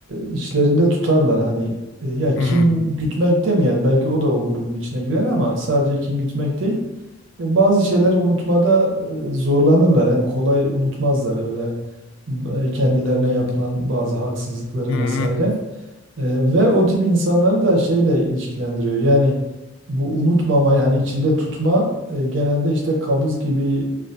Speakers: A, on the right; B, on the left.
A: e, içlerinde tutarlar hani e, ya kin
B: hı, hı,
A: gütmek demeyelim belki o da o grubun içine girer ama sadece kin gütmek değil. E, Bazı şeyleri unutmada e, zorlanırlar. Yani kolay unutmazlar öyle e, kendilerine yapılan bazı haksızlıkları
B: hı.
A: vesaire. E, Ve o tip insanları da şeyle ilişkilendiriyor. Yani bu unutmama yani içinde tutma e, genelde işte kabız gibi